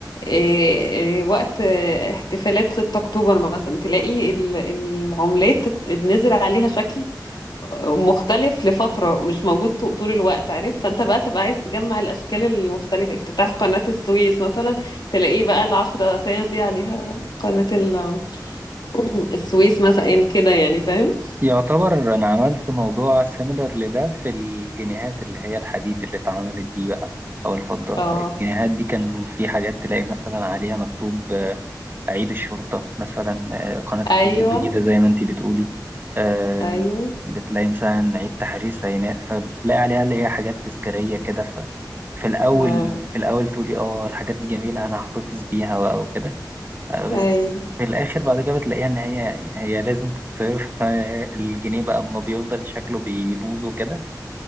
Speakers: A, on the left; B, on the right.
A: إيه إيه وقت احتفالات 6 اكتوبر مثلا تلاقي ال- العملات تت- نزل عليها شكل مختلف لفترة مش موجود طو- طول الوقت عارف فانت بقى تبقى عايز تجمع الاشكال المختلفة افتتاح قناة السويس مثلا تلاقيه بقى العشرة صايغ دي عليها قناة ال- <clears throat> السويس مثلا كده يعني فاهم
B: يعتبر أنا عملت موضوع سيميلر لده في الجنيهات اللي هي الحديد اللي اتعملت دي بقى أو الفضة
A: اه
B: الجنيهات دي كان في حاجات تلاقي مثلا عليها مكتوب أعيد الشرطة مثلا آه، قناة السويس
A: ايوه
B: الجديدة زي ما أنتي بتقولي آم،
A: ايوه
B: بتلاقي مثلا عيد تحرير سيناء فبتلاقي عليها اللي هي حاجات تذكارية كده ففي الأول
A: اه
B: في الأول تقولي اه الحاجات دي جميلة أنا هحتفظ بيها و- وكده آه، بس
A: ايوه
B: في الآخر بعد كده بتلاقيها إن هي هي لازم تتصرف آه، الجنيه بقى أما بيفضل شكله بيبوظ وكده